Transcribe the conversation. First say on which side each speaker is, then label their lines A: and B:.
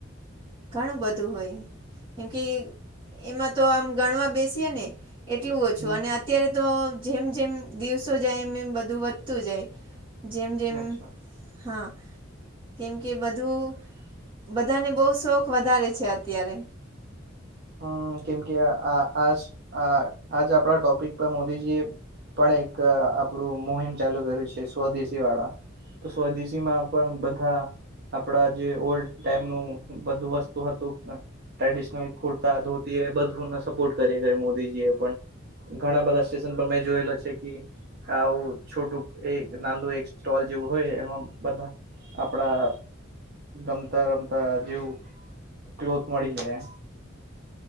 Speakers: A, on the right (about 25°); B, on the right (about 55°).
A: ઘણું બધું હોય કેમ કે એમાં તો આમ ગણવા બેસીએ ને. એટલું ઓછું
B: હ હ
A: અને અત્યારે તો જેમ જેમ દિવસો જાય એમ એમ બધું વધતું જાય. જેમ જેમ
B: અચ્છા
A: હા કેમ કે બધું! બધાને બો શોખ વધારે છે અત્યારે.
B: હમ કેમ કે આજ આજ આપણા ટોપિક પર મોદીજીએ. પણ એક આપણું મોહિમ ચાલુ કર્યું છે સ્વદેશી વાળા. એ સ્વદેશીમાં પણ બધા. આપડા જે ઓલ્ડ ટાઈમ નું બધું વસ્તુ હતું ટ્રેડિશનલ. તા ધોતી એ બધુંને સપોર્ટ કરીએ મોદીજી એ પણ. ઘણા બધા સ્ટેશન પર મેં જોયેલા છે કે આવું છોટું એક નું એક સ્ટોલ જેવું હોય એમાં બધા. આપડા ગમતા રમતા જેવ ક્લોથ મળી જાય.